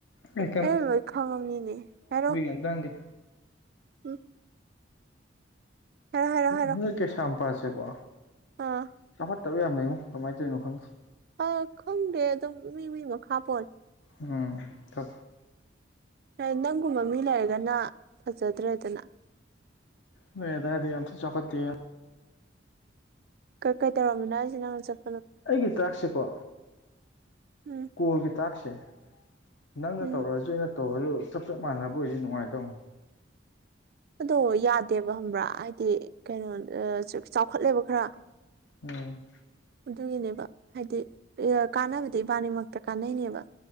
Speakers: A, on the left; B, on the right.
A: ꯑꯦ
B: ꯑꯩ ꯂꯣꯏ ꯈꯪꯉꯕꯅꯤꯅꯦ ꯌꯥꯔꯦ
A: ꯀꯩꯅꯣꯝ ꯇꯥ ꯍꯥꯪꯒꯦ
B: ꯎꯝ ꯍꯥꯏꯔꯣ ꯍꯥꯏꯔꯣ ꯍꯥꯏꯔꯣ
A: ꯅꯣꯏ ꯀꯩꯁꯝꯄꯥꯠꯁꯦꯀꯣ
B: ꯑꯥ
A: ꯆꯧ <unintelligible> ꯀꯃꯥꯏꯅ ꯇꯔꯤꯅꯣ ꯈꯪꯗꯦ
B: ꯑꯥꯎ ꯈꯪꯗꯦ ꯑꯗꯨꯝ ꯃꯤ ꯃꯤ ꯃꯈꯥ ꯄꯣꯠꯂꯦ ꯫
A: ꯎꯝ ꯊ꯫
B: ꯂꯩ ꯅꯪꯒꯨꯝꯕ ꯃꯤ ꯂꯩꯔꯒꯅ ꯐꯖꯗ꯭ꯔꯦꯗꯅ꯫
A: ꯅꯣꯏ ꯑꯗꯥꯏꯗꯨ ꯌꯥꯝꯊꯤꯟ ꯆꯥꯎꯈꯠꯇꯦ꯫
B: ꯀ ꯀꯩꯇꯧꯔꯝꯃꯤꯅꯣ ꯍꯥꯏꯁꯤ ꯅꯪ ꯆꯠ
A: ꯑꯩꯒꯤ ꯇꯥꯛꯁꯁꯦꯀꯣ
B: ꯎꯝ
A: ꯀꯣꯜꯒꯤ ꯇꯥꯛꯁꯁꯦ꯫ ꯅꯪꯅ
B: ꯎꯝ
A: ꯇꯧꯔꯛꯑꯁꯨ ꯑꯩꯅ ꯇꯧꯔꯁꯨ ꯆꯞ ꯆꯞ ꯃꯥꯟꯅꯕ ꯑꯣꯏꯁꯤ ꯅꯨꯡꯉꯥꯏꯗꯧꯅꯤ꯫
B: ꯑꯗꯣ ꯌꯥꯗꯦꯕ ꯈꯪꯕ꯭ꯔꯥ ꯍꯥꯏꯗꯤ ꯀꯩꯅꯣ ꯆꯥꯎꯈꯠꯂꯦꯕ ꯈꯔ꯫
A: ꯎꯝ꯫
B: ꯑꯗꯨꯒꯤꯅꯦꯕ ꯍꯥꯏꯗꯤ ꯀꯥꯟꯅꯕꯗꯤ ꯏꯕꯥꯅꯤꯃꯛꯇ ꯀꯥꯟꯅꯩꯅꯦꯕ